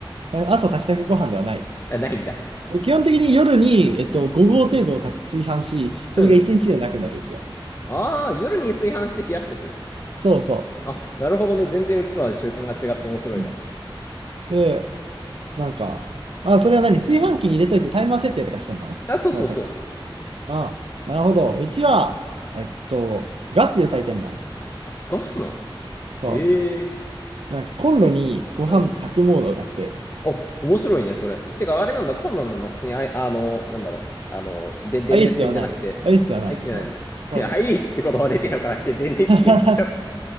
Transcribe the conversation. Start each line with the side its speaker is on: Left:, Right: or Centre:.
Right: 朝炊きたてご飯ではない。
Left: あ、ないんだ。
Right: で基本的に夜に、えっと、5合程度を炊き炊飯し、それが1日でなくなる、
Left: <laughs> うん。
Right: うちは。
Left: あー、夜に炊飯して冷やしとくの。
Right: そうそ
Left: あ、なるほどね。全然うちとは習慣が違って面白いわ。
Right: う。で、なんか、あ、それは何炊飯器に入れといてタイマー設定とかしてんのそなたか。
Left: あ、そうそうそう。
Right: あ、なるほど。うちは、えっと、ガスで炊いてんの
Left: あ、ガスなのへえ。
Right: そう。なんかコンロにご飯炊くモードがあって、
Left: うん。お、面白いね、それ。てか、あれなんだ、コンロンなんだ、普通に、あい、あの、なんだろう。あの、で、電熱線じゃなくて、
Right: i スではない。i スではない。
Left: アイエイチじゃないんだ。
Right: そう。
Left: <laughs>
Right: コンロ。
Left: アイエイチって言葉出てよからなくて、電熱線取っちゃった。
Right: <laughs>